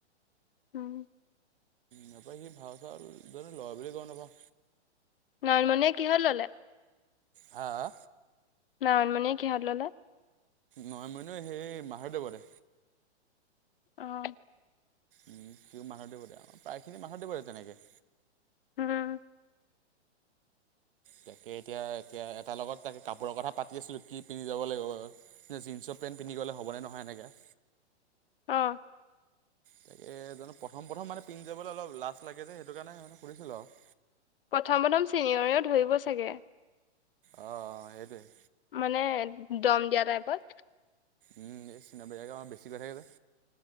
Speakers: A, on the left; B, on the right.
A: উম,
B: নাপাই সি ভাও চাও জানো লয় বুলি গম নাপাও।
A: নয়নমণিয়ে কিহত ললে?
B: হাহা।
A: নয়নমণিয়ে কিহত ললে।
B: নয়নমণিও সেই মাধৱদেৱতে।
A: অ',
B: উম সিও মাধৱদেৱতে আৰু প্ৰায়খিনি মাধৱদেৱৰে তেনেকে।
A: উম,
B: তাকে এতিয়া এতিয়া এটাৰ লগত তাকে কাপোৰ কথা পাতি আছিলোঁ কি পিন্ধি যাব লাগিব বাৰু যে জিনছৰ পেণ্ট পিন্ধি গ'লে হবে নে নহয় এনেকে।
A: অ
B: তাকে জানো প্ৰথম প্ৰথম মানে পিন্ধ যবলৈ অলপ লাজ লাগে যে সেইটো কাৰণে মানে সুধিছিলো আৰু।
A: প্ৰথম প্ৰথম চিনিয়ৰেও ধৰিব চাগে।
B: অ অ সেইটোৱেই।
A: মানে দম দিয়া টাইপত।
B: উম এই চিনিয়ৰ বিলাকে আমাৰ বেছি কৰি থাকে যে।